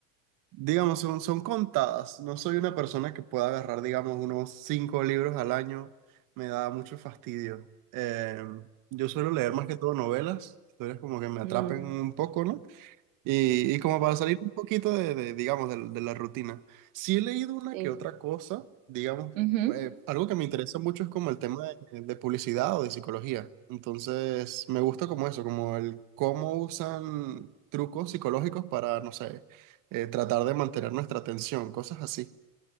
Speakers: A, on the right; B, on the right.
A: digamos, son, son contadas. No soy una persona que pueda agarrar, digamos, unos cinco libros al año. Me da mucho fastidio. Eh, yo suelo leer más que todo novelas, historias como que me atrapen
B: Mm,
A: un poco, ¿no? Y, y como para salir un poquito de, de, digamos, de, de la rutina, sí he leído una
B: sí.
A: que otra cosa, digamos,
B: Ujú.
A: eh, algo que me interesa mucho es como el tema de, de publicidad o de psicología. Entonces, me gusta como eso, como el cómo usan trucos psicológicos para, no sé, eh, tratar de mantener nuestra atención, cosas así.